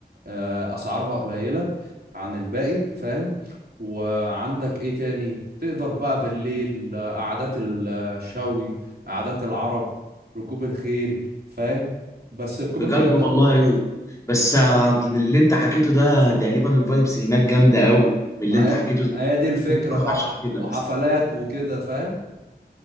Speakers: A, on the right (about 65°); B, on the left (about 20°).
A: آه، اسعارها قليلة عن الباقي فاهم وعندك ايه تاني تقدر بقى بالليل آه، قعدات الشوي قعدات العرب ركوب الخيل فاهم بس ركوب
B: بجد
A: الخيل طب
B: والله بس آه، من اللي انت حكيته ده تقريبا الفايبس هناك جامده قوي من اللي
A: ما
B: انت
A: هي
B: حكيته ده
A: هي دي الفكرة
B: نفسي أروح
A: بقى
B: عشان
A: وح-
B: كده
A: وحفلات
B: بس
A: وكده فاهم